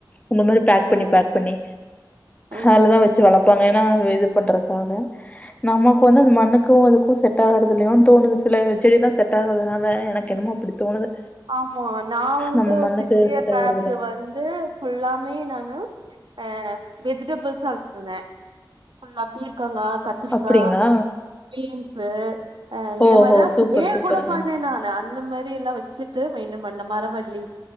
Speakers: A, on the left; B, on the right.
A: இந்த மாதிரி பேக்
B: ம்
A: பண்ணி பேக் பண்ணி
B: ஆ, ம்
A: அதுலதா வச்சு வளப்பாங்க னா இது பண்றதுக்காக நமக்கு வந்து
B: ம்
A: அந்த மண்ணுக்கு அதுக்கு கு செட் ஆகறது இல்லையோன்னு தோணுது சில செடி தா செட் ஆகதனால எனக்கு என்னமோ அப்டி தோணுது
B: ஆமா நா வந்து
A: நம்ம
B: ஒரு
A: மண்ணுக்கு
B: சிக்ஸ் இயர்
A: செட்
B: பேக்கு
A: ஆகறதில்ல
B: வந்து ஃபுல்லாமே நானு அ வெஜிடபுள்ஸா வச்சுட்ருந்தே ஃபுல்லா பீர்க்கங்கா கத்திரிக்கா
A: அப்டிங்களா
B: பீன்ஸ்சு அ இந்த
A: ஓஹோ
B: மாரிதா
A: சூப்பர்
B: சேர்
A: சூப்பருங்க
B: கூட பண்ணே நானு அந்த மாரில்லா வச் டு மெய்டன் பண்ணே மரவள்ளி